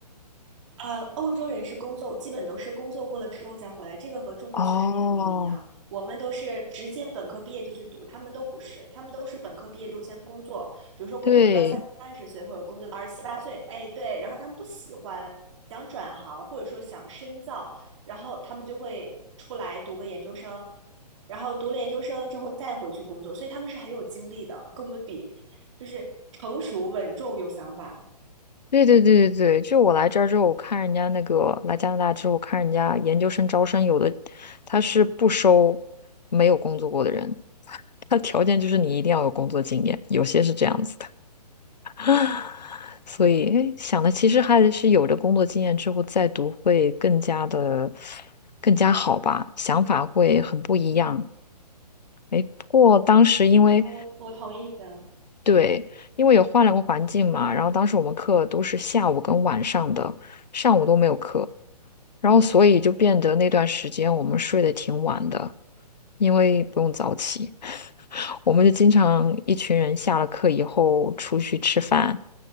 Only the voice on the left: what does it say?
哦，
对，
对对对对对，就我来这儿之后，我看人家那个来加拿大之后，看人家研究生招生，有的他是不收没有工作过的人，<laughs> 他条件就是你一定要有工作经验，有些是这样子的。<laughs> 啊，所以诶想的其实还是有了工作经验之后再读会更加的更加好吧，想法会很不一样。哎，不过当时因为
对，因为也换了个环境嘛，然后当时我们课都是下午跟晚上的，上午都没有课，然后所以就变得那段时间我们睡得挺晚的，因为不用早起。我们就经常一群人下了课以后出去吃饭，